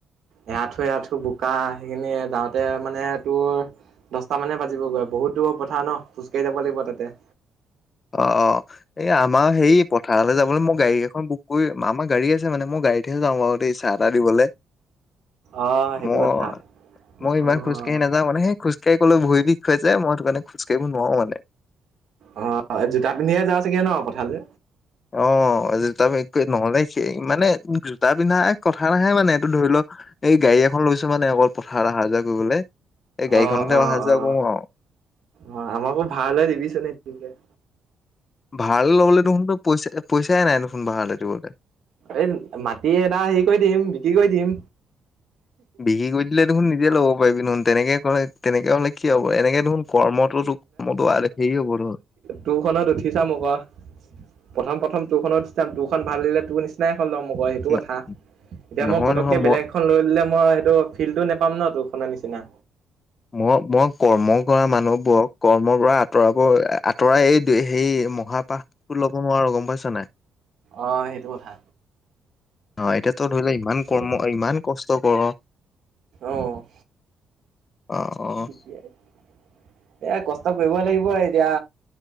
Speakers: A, on the right; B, on the left.
A: এআঠু এআঠু বোকা সেইখিনি যাওঁতে মানে তোৰ দহটা মানে বাজিবগৈ, বহুত দূৰ পথাৰ ন' খোজ কাঢ়ি যাব লাগিব তাতে।
B: অ', অ', এই আমাৰ হেৰি পথাৰলৈ যাবলৈ মই গাড়ী এখন বুক কৰি আমাৰ গাড়ী আছে মানে মই গাড়ীত হে যাওঁ বাৰু দেই চাহ-তাহ দিবলৈ।
A: অ', সেইটো
B: মই
A: কথা।
B: মই ইমান
A: অ'।
B: খোজকাঢ়ি নাযাওঁ, মানে খোজকাঢ়ি গ'লে ভৰি বিষ হয় যে, মই সেই টো কাৰণে খোজকাঢ়িব নোৱাৰো মানে।
A: অ', এই জোতা পিন্ধিহে যাওঁ চাগে ন' পথাৰলৈ?
B: অ' জোতা নহ'লে সেই মানে জোতা পিন্ধা এক কথা নাহে মানে তোৰ ধৰি ল' এই গাড়ী এখন লৈছো মানে অকল পথাৰত অহা যোৱা কৰিবলৈ, এই গাড়ীখনতে
A: অ' অ'
B: অহা
A: অ'
B: যোৱা কৰো আৰু।
A: অ', আমাকো ভাৰালে দিবিচোন এদিনকৈ।
B: ভাৰালৈ লবলৈ দেখোনো পইচা পইচাই নাই দেখোন ভাৰালৈ দিবলৈ।
A: এই মাটি এডৰা হেৰি কৰি দিম বিক্ৰী কৰি দিম।
B: বিক্ৰী কৰি দিলে দেখোন নিজে ল'ব পাৰি নহোন তেনেকে ক'লে তেনেকে হ'লে কি হ'ব এনেকে দেখোন কৰ্মটোতো মইতো হেৰি হ'ব দেখোন।
A: তোৰ খনত উঠি চাম আকৌ, প্ৰথম প্ৰথম তোৰ খনত উঠি চাম তোৰ খন ভাল দিলে তোৰ নি চিনা এখন ল'ম আকৌ সেইটো কথা,
B: না
A: এতিয়া
B: নহয়
A: মই পতককে
B: নহয় মই
A: বেলেগ খন লৈ ললে মই সেইটো ফিলটো নোপাম ন' তোৰ খনৰ নিচিনা।
B: মই মই কৰ্ম কৰা মানুহবোৰক কৰ্মৰ পৰা আঁতৰাবোৰ আঁতৰাই এই সেই অহা পাহটো ল'ব নোৱাৰো গ'ম পাইছ নাই?
A: অ', সেইটো কথা।
B: অ', এতিয়া তই ধৰি ল' ইমান
A: ঠিকে
B: কৰ্ম
A: আছে।
B: ইমান কষ্ট কৰ।
A: অ',
B: অ
A: <unintelligible> এইয়া কষ্ট কৰিব লাগিব এতিয়া।